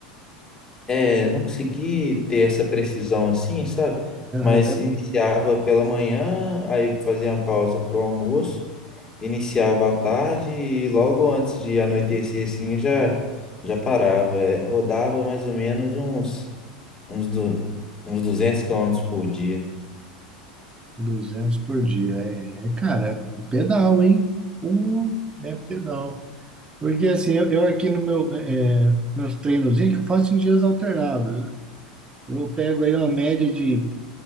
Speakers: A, on the left; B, on the right.
A: é, não consegui ter essa precisão assim, sabe?
B: Aham,
A: Mas
B: né?
A: iniciava pela manhã, aí fazia uma pausa pro almoço. iniciava à tarde e logo antes de anoitecer, assim, já, já parava. É, Rodava mais ou menos uns, uns, du, uns 200 quilômetros por dia.
B: 200 por dia. É, é, cara, é pedal, hein? Uh, é pedal. Porque assim, eu, eu aqui no meu, é, é, meus treinozinhos é que eu faço em dias alternados, né? Eu pego aí uma média de